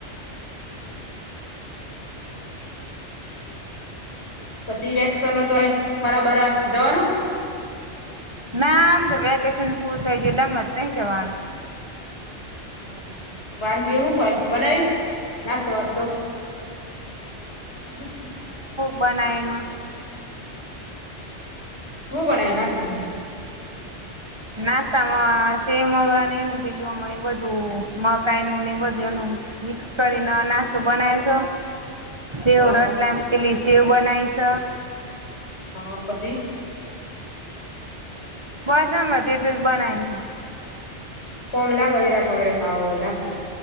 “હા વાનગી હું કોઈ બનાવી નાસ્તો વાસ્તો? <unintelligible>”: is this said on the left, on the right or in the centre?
Left